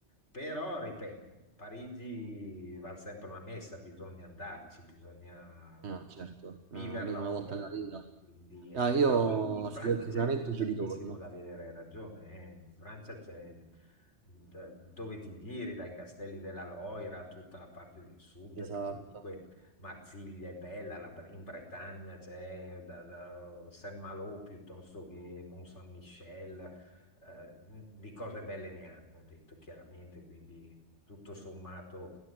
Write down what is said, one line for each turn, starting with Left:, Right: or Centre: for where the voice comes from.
Left: Però, ripeto, Parigi vale sempre una messa, bisogna andarci, bisogna
Right: Ah, certo,
Left: viverla
Right: Ah, almeno
Left: un
Right: una volta
Left: po'.
Right: nella vita.
Left: Quindi,
Right: Ah,
Left: eh,
Right: io,
Left: Però in, in Francia
Right: sì, io sicuramente
Left: c'è c'è tantissimo
Right: ci ritorno.
Left: da vedere, hai ragione. eh. In Francia c'è da- dove ti giri, dai castelli della Loira, tutta la parte del sud,
Right: Esatto.
Left: che comunque Marsiglia è bella, la Bre- in Bretagna c'è da, da Saint-Malo piuttosto che Mont-Saint-Michel eh, di cose belle ne hanno, detto chiaramente, quindi tutto sommato